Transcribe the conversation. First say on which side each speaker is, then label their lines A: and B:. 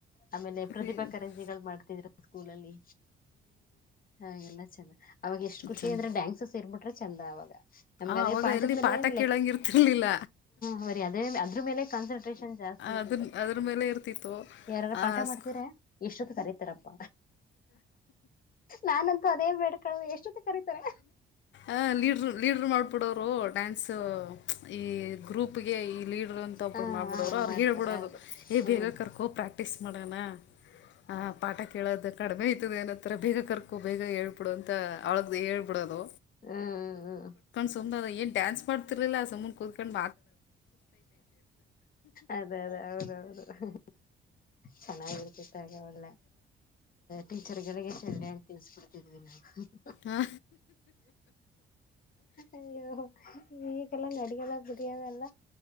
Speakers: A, on the left; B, on the left.
A: ಆಮೇಲೆ ಪ್ರತಿಭಾ
B: ಹ್ಞೂ
A: ಕಾರಂಜಿಗಳು ಮಾಡ್ತಿದ್ರ ಸ್ಕೂಲ ಅಲ್ಲಿ ಹಾಗೆಲ್ಲ ಚಂದ ಅವಾಗ ಎಷ್ಟ್ ಖುಷಿ
B: ಚೆನ್ನ
A: ಅಂದ್ರೆ ಡ್ಯಾನ್ಸಸ್ ಇರ್ಬಿಟ್ರೆ ಚಂದ ಅವಾಗ ನಮ್ಗೆ
B: ಆವಾಗ
A: ಅದೇ ಪಾ <unintelligible>
B: ಎಲ್ಲಿ ಪಾಠ ಕೇಳಂಗೆ
A: ಲೆ
B: ಇರ್ತಿರ್ಲಿಲ್ಲ
A: ಹ ಅದೇ ಅದ್ರ ಮೇಲೆ ಕಾನ್ಸಂಟ್ರೇಷನ್ ಜಾಸ್ತಿ ಇರ್ತ್ತು
B: ಅದನ್ನ ಅದ್ರ ಮೇಲೆ ಇರ್ತಿತ್ತು
A: ಯಾರಾರ
B: ಆ
A: ಪಾಠ ಮಾಡ್ತರ
B: ಸ್ಕ್
A: ಎಷ್ಟೊತ್ತ ಕರೀತಾರಪ್ಪ ನಾನಂತೂ ಅದೇ ಬೇಡ ಕಳ ಎಷ್ಟೊತ್ತತೆ ಕರೀತಾರೆ
B: ಆಹ ಲೀಡ್ರ ಲೀಡರು ಮಾಡ್ಬಿಡೋರು ಡ್ಯಾನ್ಸ್ ಈ ಗ್ರೂಪ್ಗೆ ಲೀಡ್ರ್ ಅಂತ ಒಬ್ಬ
A: ಹ
B: ಮಾಡ್ಬಿಡವರು
A: ಹ
B: ಅವ್ರಗ್
A: ಮಾಡ್ತಾರೆ
B: ಹೇಳ್ಬಿಡೋದು
A: ಹೌದು
B: ಏ
A: ಹ್ಮ್
B: ಬೇಗ ಕರ್ಕೋ ಪ್ರಾಕ್ಟೀಸ್ ಮಾಡೋಣ ಹ ಪಾಠ ಕೇಳೋದು ಕಡಿಮೆ ಆಐತದ ಏನತ್ತತ್ರ ಬೇಗ ಕರ್ಕೋ ಬೇಗ ಹೇಳ್ಬಿಡು ಅಂತ ಅವಳಗ್ದ ಹೇಳ್ಬಿಡೋದು
A: ಹ್ಮ್ ಹ್ಮ್ ಹ್ಮ್
B: ಸು ಅ ನ್ ಡಾನ್ಸ್ ಮಾಡತಿಲಿಲ್ಲ ಆ ಸುಮ್ಮ ಕ ಕುತ್ಕೊಂಡು
A: ಅದೇ ಅದೇ ಅವೌದ ಅವೌದು ಚೆನ್ನಾಗಿರ್ತಿತ್ತು ಒಳ್ಳ ಟೀಚರ್ ಗಳಿಗೆ ಚ ತಿನ್ಸ್ಪಡ್ತಿದ್ದ್ವಿ ನ <unintelligible>
B: ಹಾ
A: ಅಯ್ಯೋ ಈಗೆಲ್ಲ ನಡಿಯದ ಬಿಡಿಯವೆಲ್ಲ